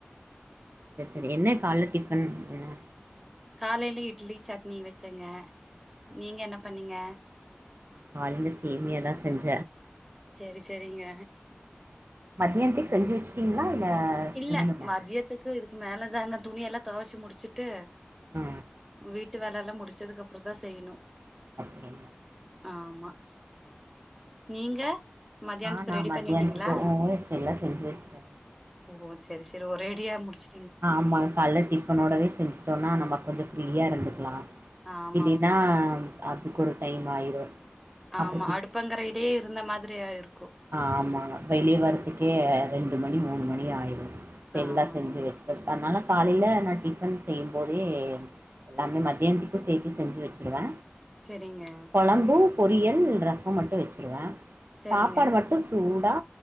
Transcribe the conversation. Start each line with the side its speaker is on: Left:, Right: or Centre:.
Right: சேரி சேரி என்ன கால்ல டிஃபன் என்ன
Centre: காலையிலே இட்லி சட்னி வெச்சேங்க நீங்க என்ன பண்ணீங்க
Right: காலில சேமியாதா செஞ்ச
Centre: செரி செரிங்க
Right: மதியானத்திக்கு செஞ்சு வெச்சுட்டீங்களா இல்ல
Centre: இல்ல
Right: செய்யணுமா
Centre: மதியத்துக்கு இதுக்கு மேல தாங்க துணி எல்லா தொவச்சு முடிச்சுட்டு
Right: ஆ
Centre: வீட்டு வேல எல்லா முடிச்சதுக்கு அப்பறம் தா செய்ணு
Right: அப்புற
Centre: ஆமா நீங்க மதியானத்துக்கு
Right: ஆ நா
Centre: ரெடி
Right: மத்தியானத்துக்கு
Centre: பண்ணிட்டீங்களா
Right: ஓ <unintelligible> எல்லா செஞ்சு வெச்சுட்ட
Centre: ஓ செரி செரி ஒரேடியா முடிச்சு
Right: ஆமா கால்ல டிஃபனோடவே செஞ்சுட்டோனா நம்ம கொஞ்ச ஃப்ரீயா இருந்துக்கலா
Centre: ஆமா
Right: இல்லின்னா
Centre: ஆமா
Right: அதுக்கு ஒரு டைம் ஆயிரு அப்றோ
Centre: ஆமா அடுப்பங்கறைட்டயே இருந்த மாதிரி ஆயிருக்கு
Right: ஆமா வெளியே வரத்துக்கே ரெண்டு மணி மூணு மணி ஆயிடு எல்லா
Centre: ஆமாங்க.
Right: செஞ்சு வெச்சு செட்டா அதனால காலில நா டிஃபன் செய்யும் போதே எல்லாமே மத்தியானத்துக்கும் சேத்தி செஞ்சு வச்சுருவ
Centre: சரிங்க,
Right: கொழம்பு பொரியல் ரசம் மட்டு வெச்சுருவ
Centre: சரிங்க.
Right: சாப்பாடு மட்டு சூடா